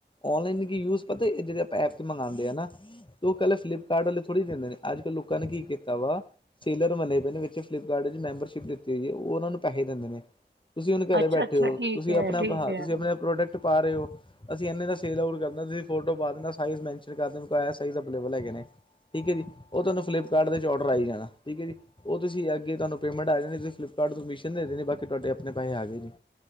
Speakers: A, on the left; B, on the right.
A: ਔਨਲਾਈਨ ਯੂ ਪਤਾ ਜਿਹੜੇ ਆਪਾਂ ਐਪ ਤੇ ਮੰਗਉਂਦੇ ਆ ਨਾ। ਉਹ ਕੱਲ ਫਲਿੱਪਕਾਰਟ ਵਾਲੇ ਥੋੜੀ ਦਿੰਦੇ, ਨੇ ਅੱਜ-ਕੱਲ੍ਹ ਲੋਕਾਂ ਨੇ ਕੀ ਕੀਤਾ। ਵਾ ਸੇਲਰ ਮਲੇ ਪਏ ਨੇ ਵਿੱਚ ਫਲਿੱਪਕਾਰਟ ਵਿੱਚ ਮੈਂਬਰਸ਼ਿਪ ਦਿੱਤੀ ਹੋਈ ਹੈ, ਉਹਨਾਂ ਨੂੰ ਪੈਸੇ ਦਿੰਦੇ ਨੇ। ਤੁਸੀਂ ਹੁਣ ਘਰੇ
B: ਅੱਛਾ
A: ਬੈਠੇ
B: ਅੱਛਾ
A: ਹੋ,
B: ਠੀਕ
A: ਤੁਸੀਂ
B: ਹੈ
A: ਆਪਣਾ
B: ਠੀਕ ਹੈ
A: ਤੁਸੀਂ
B: ਹਮ
A: ਆਪਣਾ ਪ੍ਰੋਡਕਟ ਪਾ ਰਹੇ ਹੋ। ਅਸੀਂ ਇਨੇ ਦਾ ਸੇਲ ਆਓਟ ਕਰਨਾ ਤੁਸੀਂ ਫੋਟੋ ਪਾ ਦੇਣਾ ਤੁਸੀ ਸਾਈਜ ਮੇਨਸਨ ਕਰ ਦੇਣਾ <unintelligible> ਹੈਗੇ ਨੇ। ਠੀਕ ਹੈ ਜੀ, ਉਹ ਤੁਹਾਨੂੰ ਫਲਿੱਪਕਾਰਟ ਔਡਰ ਆਈ ਜਾਣਾ ਠੀਕ ਹੈ ਜੀ। ਉਹ ਤੁਸੀਂ ਅੱਗੇ ਤੁਹਾਨੂੰ ਪੇਮੈਂਟ ਆ ਜਾਣੀ ਤੁਸੀਂ ਫਲਿੱਪਕਾਰਟ ਤੋਂ ਮੀਸ਼ਨ ਦੇਣੀ ਬਾਕੀ ਤੁਹਾਡੇ ਆਪਣੇ ਪੈਸੇ ਆਗੇ ਜੀ।